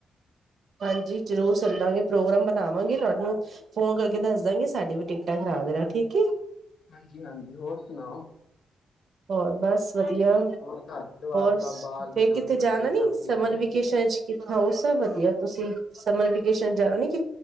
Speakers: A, on the right; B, on the left.
A: ਹਾਂਜੀ, ਜ਼ਰੂਰ ਸੁਣਦਾਂਗੇ ਪ੍ਰੋਗਰਾਮ ਬਣਾਵਾਂਗੇ ਤੁਹਾਨੂੰ ਫੋਨ ਕਰਕੇ, ਦੱਸ ਦਾਂਗੇ ਸਾਡੀ ਵੀ ਟਿਕਟਾਂ ਖਰਾ ਰਹਾ ਠੀਕ ਹੈ।
B: ਹਾਂਜੀ, ਹਾਂਜੀ। ਹੋਰ, ਸੁਣਾਓ?
A: ਹੋਰ ਬਸ। ਵਧੀਆ
B: ਹੋਰ ਘਰ ਪਰਿਵਾਰ
A: ਹੋਰ,
B: ਸਭ ਬਾਲ
A: ਫਿਰ
B: ਬਜ਼ੁਰਗ
A: ਕਿੱਥੇ ਜਾਣਾ
B: ਬੱਚੇ
A: ਨੀ,
B: ਸਭ
A: ਸਮਰ
B: ਠੀਕ ਨੇ
A: ਵੇਕੇਸ਼ਨ ਚ ਕਿੱਥਾਂ ਉਹ ਸਭ ਵਧੀਆ। ਸਮਰ ਵੇਕੇਸ਼ਨ ਜਾਣਾ ਨੀ, ਕਿ